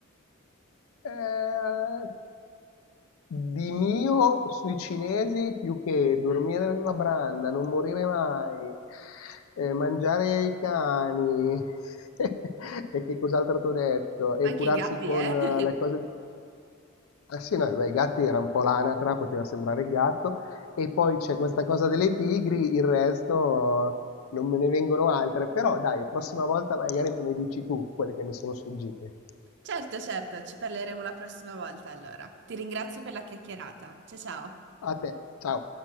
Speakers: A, on the left; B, on the right.
A: Eh, Eh, Di mio sui cinesi più che dormire nella branda, non morire mai, ehm, mangiare i cani <laughs> e che cos'altro t'ho detto? E
B: Anche
A: curarsi
B: i gatti,
A: con
B: eh?
A: eh,
B: <laughs>
A: le cose di... Ah sì, no, beh, i gatti era un po' l'anatra, poteva sembrare il gatto. E poi c'è questa cosa delle tigri, il resto eh, non me ne vengono altre. Però dai, prossima volta magari me ne dici tu quelle che mi sono sfuggite.
B: Certo, certo, ci parleremo la prossima volta allora. Ti ringrazio per la chiacchierata. Ciao ciao.
A: A te, ciao.